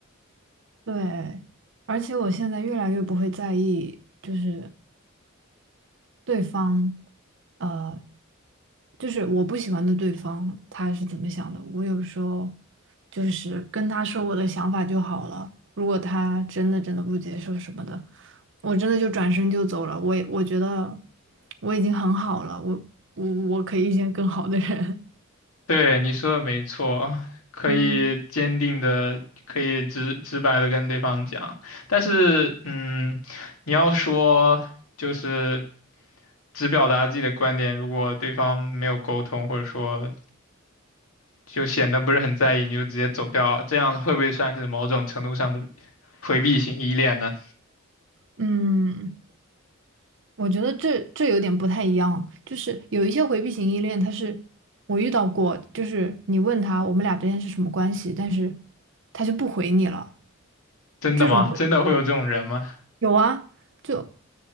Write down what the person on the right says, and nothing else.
<laughs> 对，而且我现在越来越不会在意，就是对方，呃，就是我不喜欢的对方他是怎么想的，我有时候就是跟他说我的想法就好了。如果他真的真的不接受什么的，我真的就转身就走了。我也我觉得我已经很好了，我我我可以遇见更好的人。
<laughs>
嗯
嗯，我觉得这这有点不太一样，就是有一些回避型依恋，他是我遇到过，就是你问他我们俩之间是什么关系，但是他就不回你了。
这种会
有啊，就